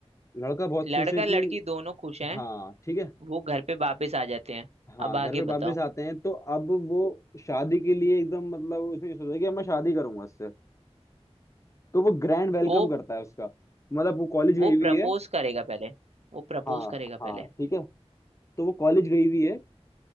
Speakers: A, on the left; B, on the right.
A: लड़का बहुत
B: लड़का
A: खुश है कि
B: लड़की दोनों खुश हैं
A: हाँ ठीक है
B: वो घर पे वापस आ जाते हैं
A: हाँ
B: अब आगे
A: घर पे
B: बताओ
A: वापस आते हैं तो अब वो शादी के लिए एकदम मतलब उसने ये सोचा कि अब मैं शादी करूंगा इससे तो वो ग्रैंड वेलकम
B: वो
A: करता है उसका मतलब वो कॉलेज गई
B: वो
A: हुई
B: प्रपोज
A: है
B: करेगा पहले वो प्रपोज
A: हाँ
B: करेगा
A: हाँ
B: पहले
A: ठीक है तो वो कॉलेज गई हुई है